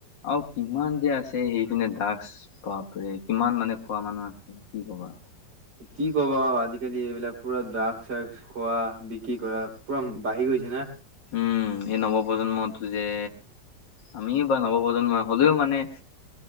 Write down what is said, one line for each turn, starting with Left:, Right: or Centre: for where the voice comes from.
Left: আৰু কিমান যে আছে সেই পিনে ড্ৰাগচ বাপ ৰে কিমান মানে খোৱা মানুহ আছে কি ক'বা।
Right: কি ক'বা আৰু আজি আজিকালি এইবিলাক পুৰা ড্ৰাগচ চ্ৰাগচ খোৱা বিক্ৰী কৰা পুৰা বাঢ়ি গৈছে না।
Left: উম, এই নৱপ্ৰজন্মতো যে আমিও বা নৱপ্ৰজন্ম হ'লেও মানে